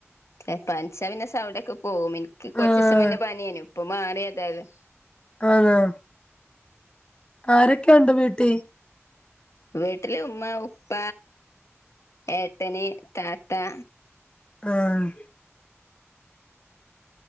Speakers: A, on the left; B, on the left.
A: എ പൻച്ചാ പിന്നെ സൗണ്ടൊക്കെ പോവും, ഇൻക്ക് കൊർച്ചീസം
B: ആഹ്
A: മുന്നേ പന്യേനു. പ്പൊ മാറ്യേതാലും.
B: ആണോ? ആരൊക്കെയുണ്ട് വീട്ടീ?
A: വീട്ടില് ഉമ്മാ, ഉപ്പ, ഏട്ടന്, താത്താ
B: ആഹ്